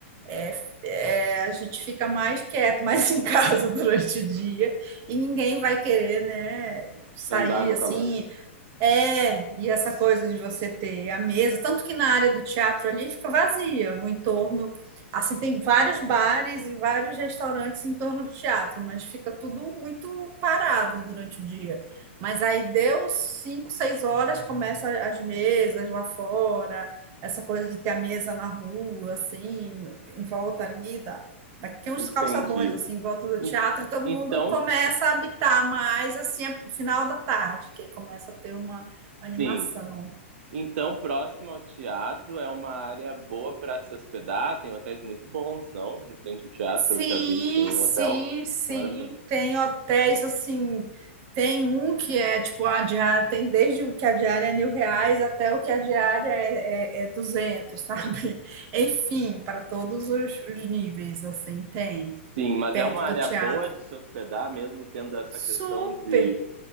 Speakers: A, on the right; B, on the right.
A: é- é, a gente fica mais quieto, mais em casa <laughs> durante o dia, e ninguém vai querer, né? Sair
B: Andar no
A: assim,
B: calor.
A: é, e essa coisa de você ter a mesa, tanto que na área do teatro ali fica vazia, o entorno, assim, tem vários bares e vários restaurantes em torno do teatro, mas fica tudo muito parado durante o dia. Mas aí deu cinco, seis horas, começa as mesas lá fora, essa coisa de ter a mesa na rua, assim, em volta ali, Daqui tem uns
B: Entendi.
A: calçadões assim em volta do
B: En-
A: teatro e todo
B: Então,
A: mundo começa a habitar mais assim no final da tarde, que começa a ter uma animação.
B: sim. Então, próximo ao teatro é uma área boa para se hospedar. Tem hotéis muito bons, não? De frente ao teatro,
A: Sim,
B: eu já vi, que tem um
A: sim,
B: hotel
A: sim.
B: maravilhoso.
A: Tem hotéis assim, tem um que é tipo a diária, tem desde o que a diária é mil reais até o que a diária é, é, é 200, sabe? <laughs> Enfim, para todos os, os níveis, assim, tem
B: Sim, mas
A: perto
B: é uma área
A: do teatro.
B: boa de se hospedar, mesmo tendo essa
A: Super!
B: questão de.